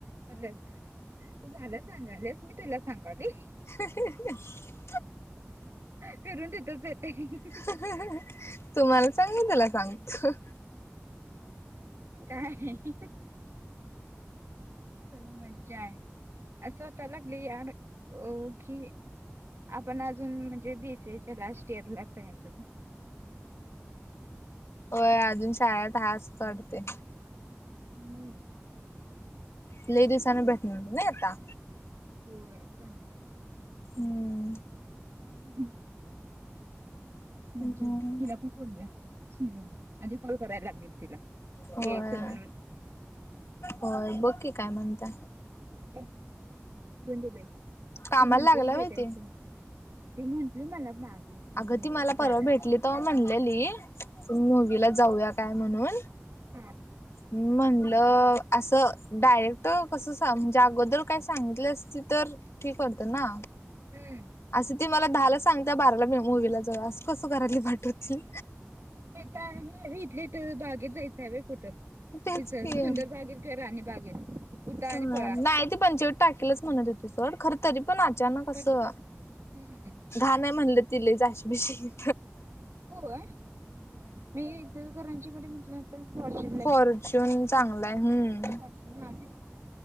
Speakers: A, on the right; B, on the left.
A: खरंच तू मला सांगालीस मी तुला सांगाली.
B: हं हं हं <unintelligible>
A: फिरून तिथेच येतय.
B: हं हं हं हं तू मला सांग मी तूला सांगतो.
A: कायं हं हं. ब मज्जा आहे असं त्याला <unintelligible> लागली की आपण अजून म्हणजे बीसीएच्या लास्ट इयरलाच जायाच.
B: होय, अजून शाळेत आहे असच वाटते.
A: हम्म
B: लंय दिवसांनी भेटलं नाही आता.
A: होय चांगल हाय की.
B: हम्म.
A: हम् ह्म म्हणजे
B: हम्म
A: तिला आपण बोलूया स्नेहलला आधी कॉल करायला लागेल तिला.
B: होय
A: यायचं म्हणून
B: होय बकी काय म्हणता
A: घेऊन दे बाई
B: कामाला
A: ती म्हणतेच
B: लागला
A: भेटायचं.
B: व्हय ते.
A: ती म्हटंली मला मागे. की मी
B: अगं ती मला
A: जाणार
B: परवा भेटली
A: आहे
B: तर म्हणलेली आपण मूवीला जाऊया काय म्हणून.
A: <unintelligible> हमम
B: म्हणलं असं डायरेक्ट कस स म्हणजे अगोदर काय सांगितली असती तर ठीक होत ना.
A: हम्म.
B: असं ती मला दहाला सांगते बाराला मुूवीला जाऊया असं कसं घरातील पाटवतील.
A: ह इथले इथ बागेत जायचं हवे कुठं
B: तेच
A: तिचं
B: की.
A: सुंदर बागेत की राणी बागेत. उठा
B: ह
A: आणि पळा
B: नाही ते पंचवटी टाकेलच म्हणत होती सोड खर तरी पण आचानक असं
A: हम्म
B: घाण आहे म्हणलं तिले जाशभिषी.
A: होय, मी इचलकरंजीत मध्ये म्हटलं तर फाॅरच्युर
B: फॉर्च्युून चांगलाय हम्.
A: फॉरचुनला तिथ